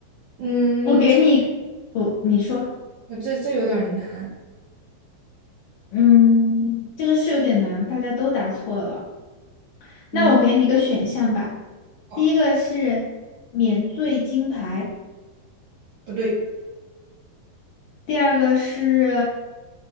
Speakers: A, on the right; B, on the left.
A: 嗯，
B: 我给你，
A: 这。
B: 我，你说。
A: 我这这有点儿难。
B: 嗯，这个是有点难，大家都答错了。那我给你一个选项吧，
A: 嗯，哦，
B: 第一个是免罪金牌，
A: 不对，
B: 第二个是